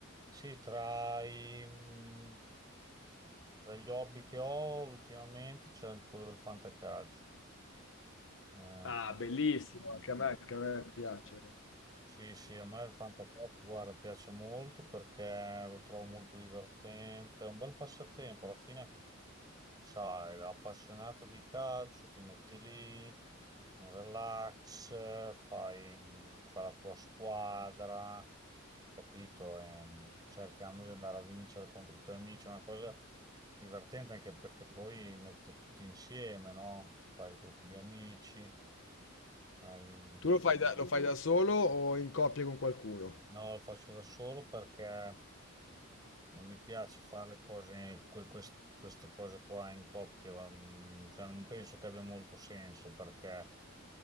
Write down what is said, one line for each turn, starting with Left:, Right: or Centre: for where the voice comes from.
Right: Sì, tra, i, mh, tra gli hobby che ho ultimamente c'è anche quello del fantacalcio. Eh,
Left: Ah,
Right: fanta-
Left: bellissimo, anche a me, anche a me piace.
Right: sì, sì, a me il fantacalcio, guarda, piace molto perché lo trovo molto divertente, è un bel passatempo. Alla fine sai, appassionato di calcio, ti metti lì in relax, fai, fai la tua squadra, capito? E, mm, cercando di andare a vincere contro i tuoi amici, è una cosa divertente anche perché poi mette tutti insieme, no? Fai il gruppo di amici, hai un-
Left: Tu lo fai da, lo fai da solo o in coppia con qualcuno?
Right: no, lo faccio da solo perché. Non mi piace fare le cose, que- quest- queste cose qua in coppia, ma, mm, cioè, non penso che abbia molto senso perché,